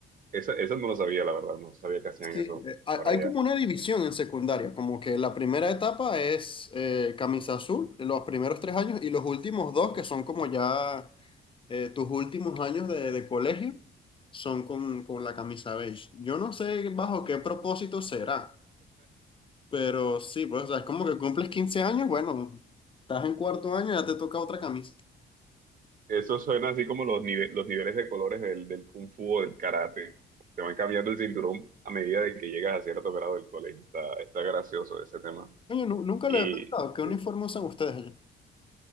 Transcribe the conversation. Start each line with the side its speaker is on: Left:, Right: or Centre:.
Right: esa, esa no lo sabía, la verdad, no sabía que hacían
Left: Sí,
Right: eso
Left: Eh, Hay
Right: por
Left: hay
Right: allá.
Left: como una división en secundaria, como que la primera etapa es eh, camisa azul, los primeros tres años y los últimos dos, que son como ya eh, tus últimos años de, de colegio, son con, con la camisa beige. Yo no sé bajo qué propósito será, pero sí, pues o sea, es como que cumples 15 años, bueno, estás en cuarto año y ya te toca otra camisa.
Right: Eso suena así como los, nive- los niveles de colores del, del kung fu o del karate. Te van cambiando el cinturón a medida de que llegas a cierto grado del colegio. Está, está gracioso ese tema.
Left: Oye, nu- nunca
Right: Y
Left: lo he pensado, ¿qué
Right: sí,
Left: uniforme usan ustedes allá?